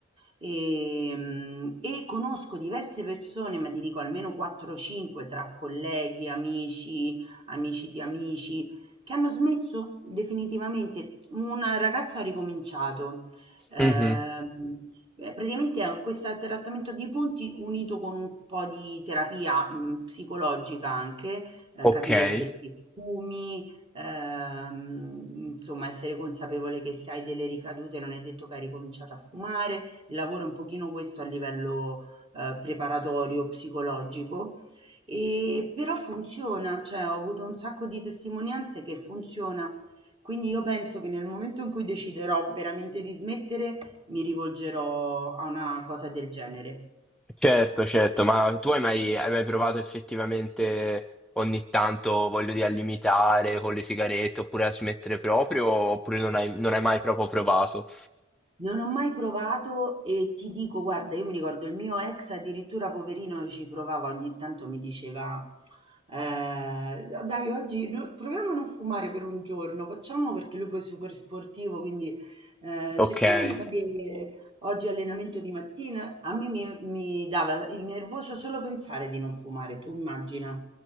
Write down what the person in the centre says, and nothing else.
mh-mh,
okay.
Certo, certo, ma tu hai mai hai mai provato effettivamente ogni tanto, voglio dire, a limitare con le sigarette oppure a smettere proprio, oppure non hai non hai mai proprio provato?
Okay,